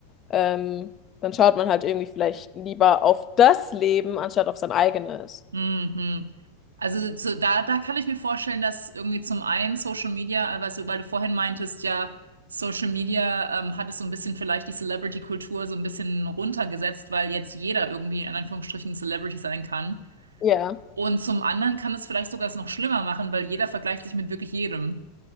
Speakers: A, on the left; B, on the right.
A: ähm, dann schaut man halt irgendwie vielleicht lieber auf das Leben, anstatt auf sein eigenes.
B: Mhm. Also so, da, da kann ich mir vorstellen, dass irgendwie zum einen Social Media, aber so, weil du vorhin meintest, ja, Social Media ähm, hat es so ein bisschen vielleicht die Celebrity-Kultur so ein bisschen runtergesetzt, weil jetzt jeder irgendwie in Anführungsstrichen Celebrity sein kann.
A: Ja,
B: Und zum anderen kann es vielleicht sogar es noch schlimmer machen, weil jeder vergleicht sich mit wirklich jedem.